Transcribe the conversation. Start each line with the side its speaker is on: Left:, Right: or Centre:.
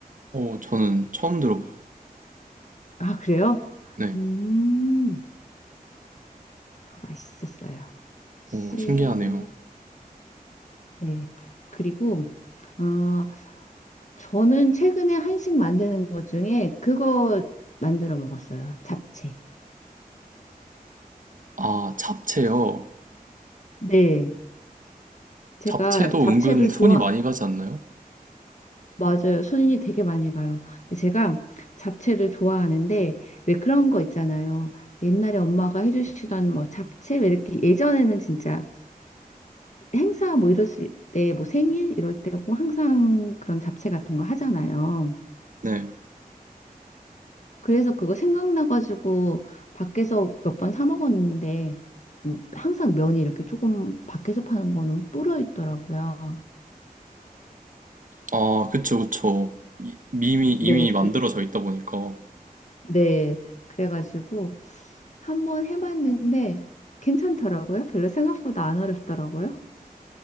Right: 어, 저는 처음 들어봐요.
Left: 아, 그래요?
Right: 네.
Left: 음, 그거 맛있었어요. 혹시,
Right: 어, 신기하네요.
Left: 네. 그리고, 어, 저는 최근에 한식 만드는 것 중에 그거 만들어 먹었어요. 잡채.
Right: 아, 잡채요.
Left: 네. 제가
Right: 잡채도
Left: 잡채를
Right: 은근 손이
Left: 좋아,
Right: 많이 가지 않나요?
Left: 맞아요. 손이 되게 많이 가요. 근데 제가 잡채를 좋아하는데 왜 그런 거 있잖아요. 옛날에 엄마가 해주시던 뭐 잡채 왜 이렇게 예전에는 진짜 행사 뭐 이럴 때 뭐 생일 이럴 때 꼭 항상 그런 잡채 같은 거 하잖아요.
Right: 네.
Left: 그래서 그거 생각나가지고 밖에서 몇 번 사 먹었는데 음, 항상 면이 이렇게 조금 밖에서 파는 거는 불어 있더라고요.
Right: 아, 그쵸, 그쵸. 이- 이미, 이미
Left: 네, 그,
Right: 만들어져 있다 보니까.
Left: 네, 그래가지고 한번 해봤는데 괜찮더라고요. 별로 생각보다 안 어렵더라고요.